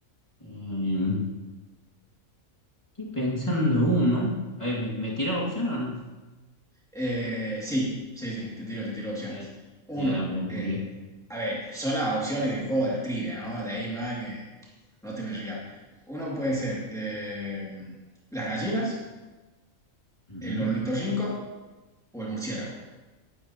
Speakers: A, on the left; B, in the centre.
A: em, estoy pensando uno. A ver, ¿me, me tirás opción o no?
B: Eh, sí, sí, sí, te tiro, te tiro opciones.
A: A ver,
B: Uno,
A: ya ahora me ocurrió.
B: eh, a ver, son las opciones del juego de la trivia, ¿no? De ahí más que no te me rías. Uno puede ser eh, las gallinas,
A: Ujú.
B: el ornitorrinco o el murciélago.